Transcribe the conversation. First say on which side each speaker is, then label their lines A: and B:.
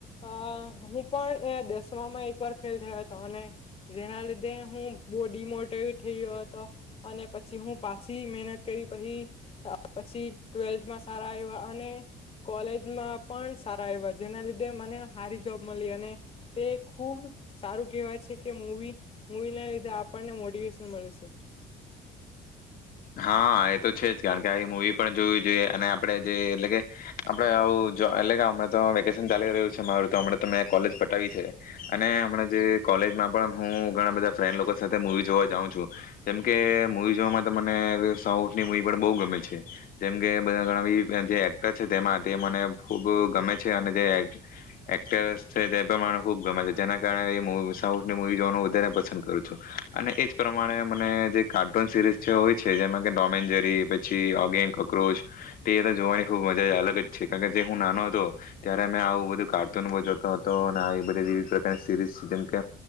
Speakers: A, on the left; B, on the left.
A: અ હું પણ એ દસમામાં એક વાર ફેલ થયો હતો અને જેના લીધે હું બવડીમોટીવ થઈ ગયો હતો અને પછી હું પાછી મહેનત કરી પછી પછી ટ્વેલ્થમાં સારા આયવા અને કોલેજમાં પણ સારા આવ્યા જેના લીધે મને હારી જોબ મળી અને તે ખુબ સારું કેહેવાય છે કે મુવી મવી ના લીધે આપણને મોટિવેશન મળે છે.
B: હા એ તો છે જ કારણ કે આવી મુવી પણ જોવી જોઈએ અને આપડે જે એટલે કે આપડે આવું જ એટલે કે હમણા તો વેકેશન ચાલી રહ્યું છે મારું તો હમણા તો મેં કોલેજ પટાવી છે અને હમણા જે કોલેજમાં પણ હું ઘણા બધા ફ્રેન્ડ લોકો સાથે મૂવી જોવા જાઉં છું જેમકે મૂવી જોવામાં તમા ને એવી સાઉથની મૂવી પણ બહુ ગમે છે જેમ કે બધા ઘણા પૈકી જે એક્ટર છે તેમાં તે મને ખૂબ ગમે છે અને જે એક્ટર્સ છે તે તો મને ખુબ ગમે છે જેના કારણે સાઉથની મૂવી જોવાનું વધારે પસંદ કરું છું અને એજ પ્રમાણે મને જે કાર્ટૂન સિરીઝ. જે હોય છે જેમાં કે ટોમેનજરી પછી ઓગી એન્ડ કોક્રોચ તે તો જોવાની ખૂબ મજા અલગ જ છે કારણ કે જે હું નાનો હતો ત્યારે મે આવું બધું કાર્ટૂન બવ જોતો હતો અને આવી બધી વિવિધ પ્રકારની સિરીઝ છે જેમકે